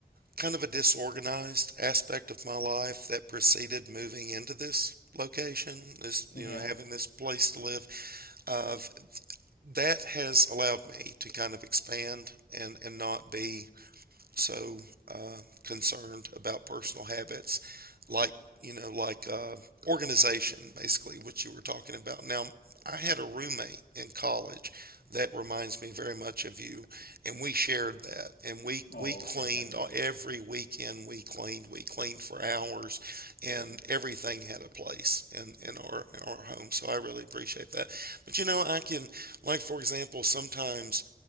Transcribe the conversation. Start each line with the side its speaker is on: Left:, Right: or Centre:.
Right: kind of a disorganized aspect of my life that preceded moving into this location, this
Left: Yeah.
Right: you know having this place to live, of that has allowed me to kind of expand and and not be so uh, concerned about personal habits like you know like uh, organization basically what you were talking about now i had a roommate in college that reminds me very much of you and we shared that and we
Left: Oh,
Right: we cleaned
Left: okay. Yeah.
Right: every weekend we cleaned we cleaned for hours and everything had a place in in our in our home so i really appreciate that but you know i can like for example sometimes